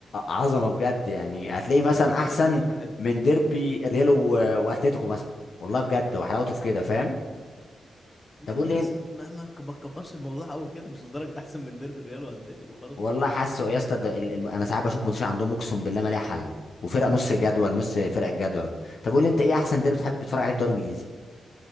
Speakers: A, on the left; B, on the left.
A: عظمه بجد يعني هتلاقي مثلا
B: ما كده
A: احسن
B: كده يبقى حلو
A: من ديربي ريال و- واتليتيكو مثلا والله بجد وحلاوته في كده فاهم
B: يعني
A: طب قول
B: بس
A: لي انت
B: ما ما ما تكبرش الموضوع قوي كده مش لدرجه احسن من ديربي الريال واتليتيكو برضه
A: والله حاسه يا اسطى ده ال- الم- انا ساعات بشوف ماتش عندهم اقسم بالله ما ليها حل وفرق نص جدول نص فرق الجدول طب قول لي انت ايه احسن ديربي بتحب تتفرج عليه في الدوري الانجليزي